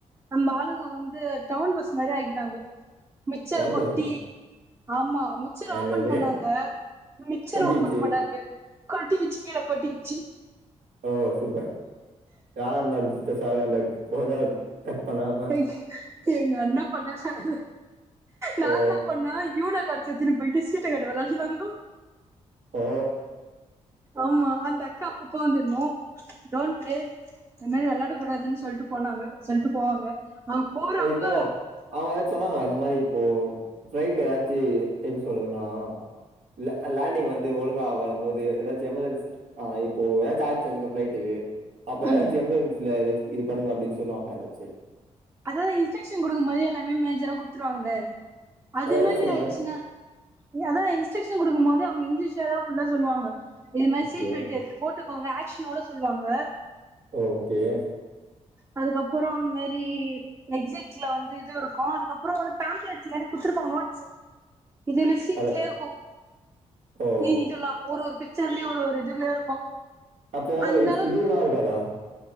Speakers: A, on the right; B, on the right.
A: நம்ப ஆளுங்க வந்து டவுன் பஸ் மாரி ஆக்கிடாங்க மிச்ச
B: டவுன்
A: கொட்டி
B: பஸ் மேம்.
A: ஆமா மிச்சர்
B: என்னது?
A: ஓபன் பண்ணாங்க மிச்சர்
B: கொட்டிக்கிச்சு.
A: ஓபன் பண்ணாங்க கொட்டிக்கிச்சு கீழே கொட்டிக்கிச்சு
B: ஓ சூப்ப யார் அந்த அதிச்ட்ட சாதா பேக் சொல்லுங்க கட் பண்ணாம
A: எங் எங்க அண்ண பண்ணா சார் நாங்க
B: ஓ!
A: என்னா பண்ணா யூனோ காட்ஸ் எத்துனு போய்ட்டு ஸீட்டகட் வெளாண்டு வந்தோ
B: ஓ
A: ஆமா அந்த அக்கா அப்ப அப்போ வந்து மா டோன்ட் ப்ளே அது மாரி வெளாடக் கூடாதுன்னு சொல்ட்டு போனாங்க சொல்ட்டு போவாங்க அவங்க போறப்ப
B: ஓ இப்போ அவங்க ஏதாச்சு சொன்னாங்களா இந்த மாரி இப்போ ஃப்ளைட்ல எதாச்சு எப்டி சொல்றதுன்னா ல லேண்டிங் வந்து ஒழுங்கா ஆகாதும் போது ஏதாச்சு எமர்ஜென்ச் ஆ இப்போ ஏதாச்சு ஆச்சு அப்டிங்னா ஃபிளைட்டுக்கு அப்ப
A: ம்
B: ஏதாச்சு எம்ஜன்ஸில எதாச்சு இது பண்ணுங்க அப்டின்னு சொல்லுவாங்களா ஏதாச்சு
A: அதா இன்ஸ்ட்ரக்ஷன் கொடுக்கும்போது எல்லாமே மேஜரா குத்துருவாங்க அது
B: அத
A: மாரி
B: என்ன சொன்னாங்க?
A: ஆயிச்சுனா அதா இன்ஸ்ட்ரக்ஷன் கொடுக்கும் போது இல்ல அவங்க இங்கிலீஷ்ல தா ஃபுல்லா சொல்லுவாங்க இ மாரி
B: ஓகே.
A: சீட் பெல்டு எத்து போட்டுக் அவங்க ஆக்ஷனோட சொல்லுவாங்க
B: ஓகே.
A: அதுக்கப்பறோ அந் மாரி எக்ஸிட்ல வந்து இது இருக்கு அதுக்கப்புறோ வந்து பாம்ப்லெட்ஸ் மாரி குடு இருப்பாங்க நோட்ஸ் இது என்ன சீட்லே
B: அல
A: இருக்கு
B: ஓ
A: ஏ இதுல்லா ஒரு ஒரு பிக் ச்சர்ல ஒரு இதுல இருக்கு
B: அப்போ
A: அந்த அளவு
B: இதுல்லா இருக்காதா